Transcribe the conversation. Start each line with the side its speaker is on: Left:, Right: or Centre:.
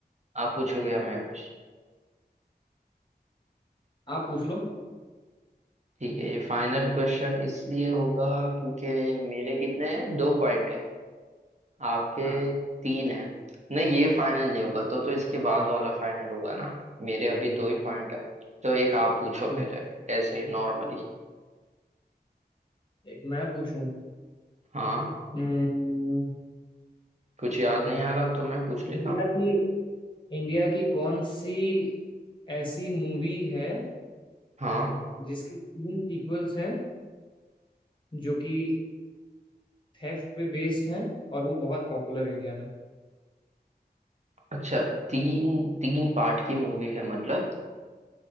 Right: आप पूछोगे या मैं पूछूं?
Left: आप पूछ लो
Right: ठीक है ये फाइनल क्वेश्चन इसलिए होगा क्योंकि मेरे कितने हैं दो पॉइंट है आपके
Left: हाँ
Right: तीन है नहीं ये फाइनल नहीं होगा तो तो इसके बाद वाला फाइनल होगा ना मेरे अभी दो ही पॉइंट है तो एक आप पूछो
Left: हम्म
Right: पहले ऐसे नॉर्मली
Left: एक मैं पूछूं
Right: हाँ
Left: हम्म,
Right: कुछ याद नहीं आ रहा तो मैं पूछ लेता
Left: इंडिया
Right: हूँ
Left: की इंडिया की कौन सी ऐसी मूवी है
Right: हाँ
Left: जिसके तीन सीक्वल्स हैं जो कि थेफ्ट पे बेस्ड हैं और वो बहुत पॉपुलर है इंडिया में
Right: अच्छा तीन तीन पार्ट की मूवी है मतलब